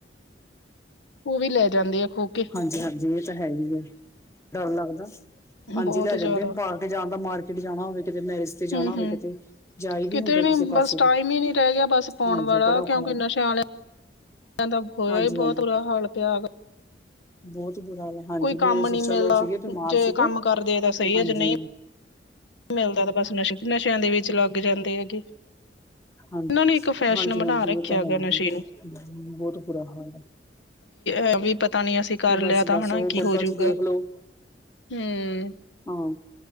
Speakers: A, on the left; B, on the left.
A: ਉਹ ਵੀ ਲੈ ਜਾਂਦੇ ਆ ਖੋ ਕੇ
B: ਹਾਂਜੀ ਹਾਂਜੀ ਇਹ ਤਾਂ ਹੈਗੀ ਆ ਡਰ ਲੱਗਦਾ ਹਾਂਜੀ
A: ਬਹੁਤ
B: ਲੈ
A: ਜ਼ਿਆਦਾ
B: ਜਾਂਦੇ ਬਾਹ ਕੇ ਜਾਣ ਦਾ ਮਾਰਕੀਟ ਜਾਣਾ ਹੋਵੇ ਕਿਤੇ ਮੈਰਿਜ ਤੇ
A: ਹੂੰ
B: ਜਾਣਾ ਹੋਵੇ
A: ਹੂੰ
B: ਕਿਤੇ ਜਾਈ ਨਹੀਂ
A: ਕਿਤੇ
B: ਹੁੰਦਾ
A: ਨੀ
B: ਕਿਸੇ ਪਾਸੇ
A: ਬਸ ਟਾਈਮ
B: ਵੀ
A: ਹੀ ਨੀ ਰਹਿ ਗਿਆ ਬਸ ਆਣ
B: ਹਾਂਜੀ
A: ਵਾਲਾ
B: ਬੜਾ ਔਖਾ
A: ਕਿਉਂਕਿ
B: ਲੱਗਦਾ
A: ਨਸ਼ਾ <unintelligible> ਦਾ ਹੋਇਆ
B: ਹਾਂਜੀ-ਹਾਂਜੀ।
A: ਹੀ ਬਹੁਤ ਬੁਰਾ ਹਾਲ ਪਿਆ
B: ਬਹੁਤ ਬੁਰਾ ਹਾਲ ਹਾਂਜੀ
A: ਕੋਈ ਕੰਮ
B: ਮੇਰੇ ਸਿਸਟਰ
A: ਨਹੀਂ ਮਿਲਦਾ
B: ਲੋ ਸੀਗੇ ਬਿਮਾਰ
A: ਜੇ
B: ਸੀਗੇ
A: ਕੰਮ ਕਰਦੇ ਤਾਂ ਸਹੀ
B: ਹਾਂਜੀ
A: ਹੈ ਜੇ ਨਹੀਂ ਮਿਲਦਾ ਤੇ ਬਸ ਨਸ਼ੇ ਨਸ਼ਿਆਂ ਦੇ ਵਿੱਚ ਲੱਗ ਜਾਂਦੇ ਹੈਗੇ
B: ਹਾਂਜੀ
A: ਇਹਨਾਂ ਨੇ ਇੱਕ ਫੈਸ਼ਨ
B: ਹਾਂਜੀ
A: ਬਣਾ
B: ਹਾਂਜੀ
A: ਰੱਖਿਆ
B: ਇਹ ਤਾਂ ਹੈਗੀ
A: ਗਿਆ ਨਸ਼ੇ
B: ਹੈ ਬਹੁਤ ਬੁਰਾ ਹਾਲ ਹੈ।
A: ਐ ਵੀ ਪਤਾ ਨਹੀਂ ਅਸੀਂ ਕਰ
B: ਬਸ-ਬਸ
A: ਲਿਆ ਤਾਂ ਹੈਣਾ
B: ਉਹ
A: ਕੀ
B: ਪੱਬਾਂ
A: ਹੋਜੂਗਾ!
B: ਚ ਦੇਖਲੋ
A: ਹਮ
B: ਹਾਂ